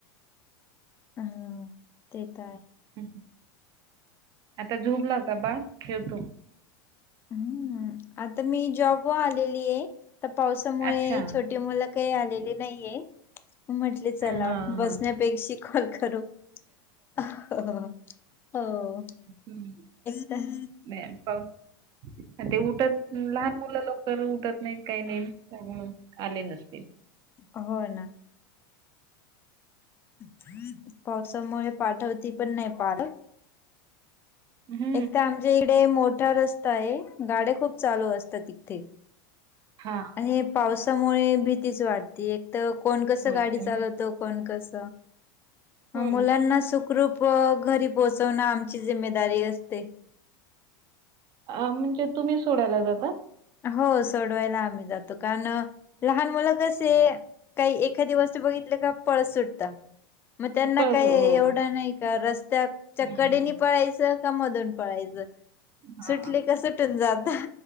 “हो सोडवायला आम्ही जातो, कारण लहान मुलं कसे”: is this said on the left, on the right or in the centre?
Left